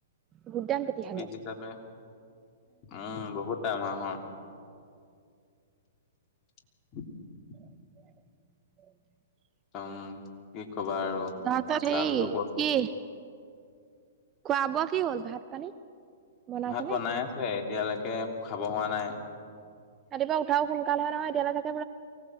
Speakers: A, on the right; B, on the left.
A: ভূট দাম তেতিয়াহলে-
B: পিচ হিচাপে। উম বহুত টাইম হাঁহৰ- <inaudible>
A: <inaudible>
B: ওম কি কবা আৰু
A: তাৰপিছত হেৰি
B: দামটো ব-
A: কি খোৱা বোৱা কি হ'ল ভাত, পানী- বনাইছে
B: ভাত বনাই
A: নে
B: আছে এতিয়ালৈকে খাব হোৱা নাই।
A: ৰাতিপুৱ উঠাও সোনকাল হয়। নহয় এতিয়ৈকে